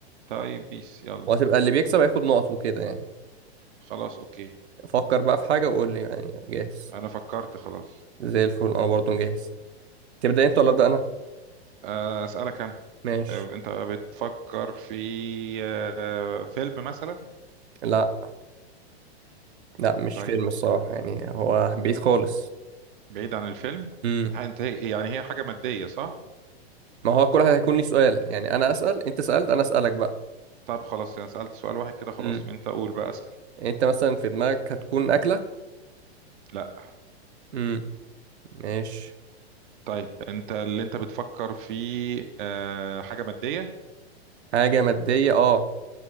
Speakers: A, on the right (about 50°); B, on the right (about 80°).
A: طيب بيس يلا
B: وهتبقى اللي بيكسب هياخد نقط وكده يعني
A: خلاص اوكي
B: فكر بقى في حاجة وقول لي يعني جاهز
A: انا فكرت خلاص
B: زي الفل انا برضو جاهز تبدأ انت ولا أبدأ انا
A: آه، أسألك أنا
B: ماشي
A: آه، أنت بتفكر في آه، فيلم مثلا
B: لا لا مش
A: طيب
B: فيلم الصراحة يعني هو بعيد خالص
A: بعيد عن الفيلم
B: امم
A: ها، أنت هي- يعني هي حاجة مادية صح؟
B: ما هو كل واحد هيكون ليه سؤال يعني انا أسأل انت سألت انا أسألك
A: طب خلاص أنا سألت سؤال واحد كده خلاص
B: بقى
A: أنت قول بقى أسأل
B: يعني انت مثلا في دماغك هتكون اكله
A: لا
B: امم ماشي
A: طيب أنت اللي أنت بتفكر في آه، حاجة مادية
B: حاجه ماديه اه